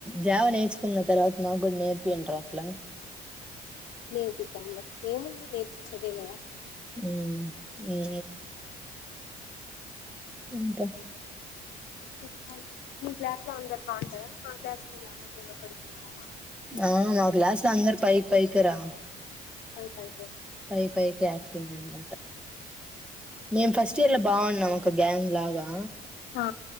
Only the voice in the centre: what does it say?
జావ నేర్చుకున్న తర్వాత మాకు కూడా నేర్పిఅండ్ర అట్లా
ఉ ఉ ఇంకా
ఆ మా గ్లాస్ అందర్ పై పైకెరా
పై పై క <unintelligible> మాట మేం ఫస్ట్ ఇయర్ లో బాగున్నాం ఒక గ్యాంగ్ లాగా